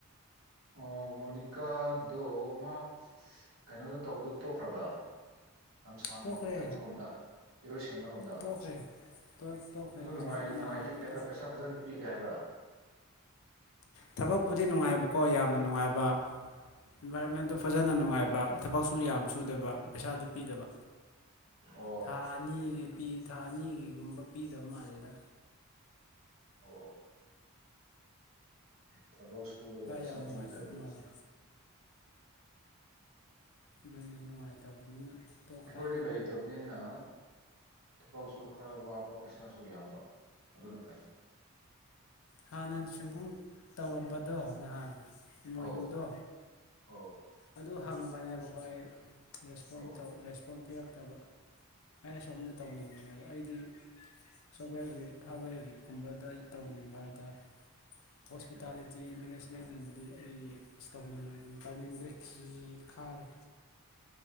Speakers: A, on the right; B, on the left.
A: ꯑꯣ ꯃꯣꯅꯤꯀꯥꯗꯣ ꯃ ꯀꯩꯅꯣꯗ ꯇꯧꯕꯗꯣ ꯇꯣꯛꯈ꯭ꯔꯕ꯭ꯔꯥ ꯂꯝꯁꯥꯡ
B: ꯇꯣꯛꯈ꯭ꯔꯦ
A: ꯀꯩꯅꯣꯔꯣꯝꯗ ꯏꯔꯣꯏꯁꯦꯝꯕꯔꯣꯝꯗ
B: ꯇꯣꯛꯈ꯭ꯔꯦ ꯇꯣꯛꯈ꯭ꯦ
A: ꯑꯗꯨ
B: ꯉꯁꯥꯏ
A: ꯅꯨꯡꯉꯥꯏ ꯅꯨꯡꯉꯥꯏꯇꯦ
B: ꯅꯍꯥꯟꯅ
A: ꯍꯥꯏꯕ꯭ꯔꯥ
B: ꯇꯧ
A: ꯄꯩꯁꯥ ꯐꯖꯅ ꯄꯤꯗꯦ ꯍꯥꯏꯕ꯭ꯔꯥ
B: ꯊꯕꯛꯄꯨꯗꯤ ꯅꯨꯡꯉꯥꯏꯕꯀꯣ ꯌꯥꯝꯅ ꯅꯨꯡꯉꯥꯏꯕ ꯏꯟꯚꯥꯏꯔꯣꯟꯃꯦꯟꯗꯨ ꯐꯖꯅ ꯅꯨꯡꯉꯥꯏꯕ ꯊꯕꯛꯁꯨ ꯌꯥꯝ ꯁꯨꯗꯕ ꯄꯩꯁꯥꯗꯨ ꯄꯤꯗꯕ
A: ꯑꯣ
B: ꯊꯥ ꯑꯅꯤꯒꯤ ꯄꯤ ꯊꯥ ꯑꯅꯤꯒꯤꯒꯨꯝꯕ ꯄꯤꯗꯕ ꯃꯥꯜꯂꯦꯗ
A: ꯑꯣ ꯊꯕꯛ ꯁꯨꯔꯒ ꯄꯩꯁꯥ
B: ꯌꯥꯝ ꯅꯨꯡꯉꯥꯏꯇꯕ
A: ꯄꯤꯗ꯭ꯔꯗꯤ
B: ꯃꯥꯜꯂꯦ ꯑꯗꯨꯅꯦ ꯅꯨꯡꯉꯥꯏꯇꯕꯅꯤꯅ ꯇꯣꯛꯈ꯭ꯔꯦ
A: ꯑꯩꯈꯣꯏꯗꯤ ꯂꯩꯇꯕꯅꯤꯅ ꯊꯕꯛꯁꯨ ꯈꯔ ꯋꯥꯕ ꯄꯩꯁꯥꯁꯨ ꯌꯥꯝꯕ ꯑꯗꯨꯅ ꯐꯩ
B: ꯍꯥꯟꯅ ꯁꯨꯝꯕꯨꯡ ꯇꯧꯔꯝꯕꯗꯣ ꯅꯍꯥꯟ ꯏꯃꯣꯏꯅꯨꯗꯣ
A: ꯑꯧ ꯑꯧ
B: ꯑꯗꯨ ꯍꯪꯕꯅꯦꯕꯀꯣ ꯑꯩ ꯔꯦꯁꯄꯣꯟ
A: ꯑꯧ
B: ꯔꯦꯁꯄꯣꯟ ꯄꯤꯔꯛꯇꯕ ꯑꯩꯅ ꯁꯣꯝꯗ ꯇꯧꯅꯤꯡꯕꯅꯦꯕ ꯑꯩꯗꯤ ꯁꯣꯞꯋꯦꯔꯒꯤ ꯍꯥꯔꯠꯋꯦꯔꯒꯤꯒꯨꯝꯕꯗ ꯑꯩ ꯇꯧꯅꯤꯡꯕ ꯍꯥꯏ ꯇꯥꯔ ꯍꯣꯁꯄꯤꯇꯥꯂꯤꯇꯤ
A: ꯎꯝ
B: ꯃꯦꯅꯦꯖ ꯂꯣꯏꯅꯤꯡꯕꯗꯤ ꯑꯩ ꯇꯩꯅꯤꯡ ꯇꯧꯅꯤꯡꯗ꯭ꯔꯦ ꯈꯤ ꯈꯥꯔꯦ